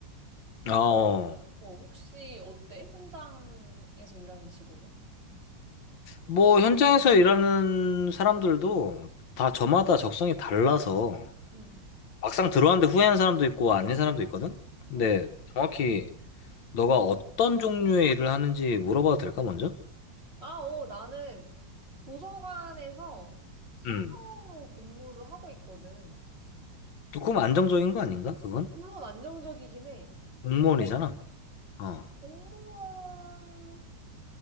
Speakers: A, on the left (about 80°); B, on the right (about 30°).
A: 어,
B: 어, 혹시 어때? 현장에서 일하는 직업은?
A: 뭐, 현장에서 일하는 사람들도 다 저마다 적성이 달라서
B: 응,
A: 막상 들어왔는데 후회하는 사람도 있고 아닌 사람도 있거든? 근데
B: 어.
A: 정확히 너가 어떤 종류의 일을 하는지 물어봐도 될까, 먼저?
B: 아, 어, 나는 도서관에서 사서로
A: 음.
B: 근무를 하고 있거든.
A: 조금 안정적인 거 아닌가, 그건?
B: 물론 안정적이긴 해.
A: 공무원이잖아.
B: 근데
A: 어,
B: 공무원은